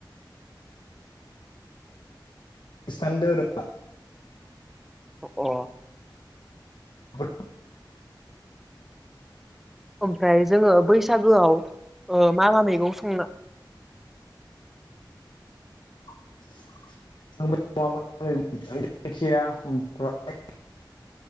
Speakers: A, on the left; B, in the centre.
A: खृस्तान धोरोमआ
B: अ
A: <inaudible>
B: ओमफ्राय जोङो बैसागोआव मा मा मैगं संनो <inaudible>
A: <unintelligible>